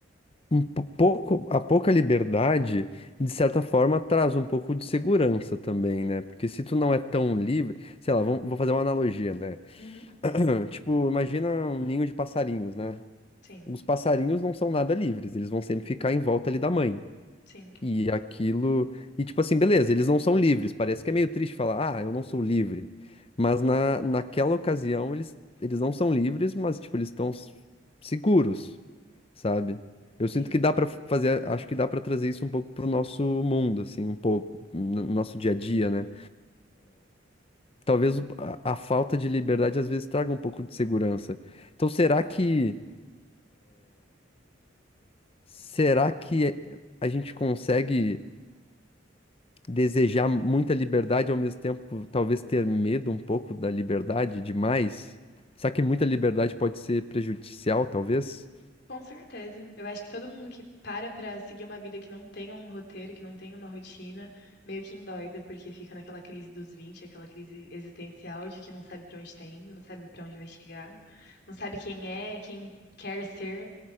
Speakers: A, on the left; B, on the left.
A: um po- pouco, a pouca liberdade, de certa forma, traz um pouco de segurança também, né? Porque se tu não é tão livre, sei lá, vamos, vou fazer uma analogia, né?
B: Uhum.
A: <clears throat> Tipo, imagina um ninho de passarinhos, né?
B: Sim,
A: Os passarinhos não são nada livres, eles vão sempre ficar em volta ali da mãe.
B: sim,
A: E aquilo. E tipo assim, beleza, eles não são livres. Parece que é meio triste falar, ah, eu não sou livre. Mas na, naquela ocasião, eles, eles não são livres, mas tipo, eles estão s- seguros, sabe? Eu sinto
B: sim.
A: que dá pra fazer, acho que dá pra trazer isso um pouco pro nosso mundo, assim, um pouco, no no nosso dia a dia, né? Talvez o- a, a falta de liberdade às vezes traga um pouco de segurança. Então, será que, será que a gente consegue. desejar muita liberdade ao mesmo tempo, talvez ter medo um pouco da liberdade demais. Será que muita liberdade pode ser prejudicial, talvez?
B: Com certeza. Eu acho que todo mundo que para pra seguir uma vida que não tenha um roteiro, que não tenha uma rotina, meio que endoida, porque fica naquela crise dos vinte aquela crise existencial de que não sabe pra onde tá indo, não sabe pra onde vai chegar, não sabe quem é, quem quer ser.